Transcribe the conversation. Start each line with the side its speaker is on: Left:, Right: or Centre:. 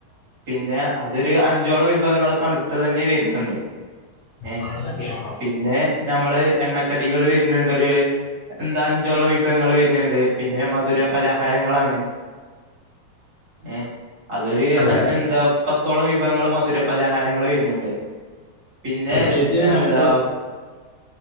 Right: പിന്നെ. അതൊര് അഞ്ചോളം വിഭവങ്ങള് തണുത്തതന്നെ വരുന്നുണ്ട് ഏഹ്.
Left: <unintelligible>
Right: പിന്നെ നമ്മള്. എണ്ണക്കടികള് വരന്ണ്ടൊര് എന്താ അഞ്ചോളം വിഭവങ്ങള് വര്ന്ണ്ട്. പിന്നെ മധുര പലഹാരങ്ങളാണ് ഏഹ്. അതൊര്
Left: അതെ
Right: അ എന്താ പത്തോളം വിഭവങ്ങള് മധുര പലഹാരങ്ങള് വര്ന്ണ്ട്. പിന്നെ.
Left: പ്രത്യേകിച്ച് മലപ്പുറം
Right: ആഹ്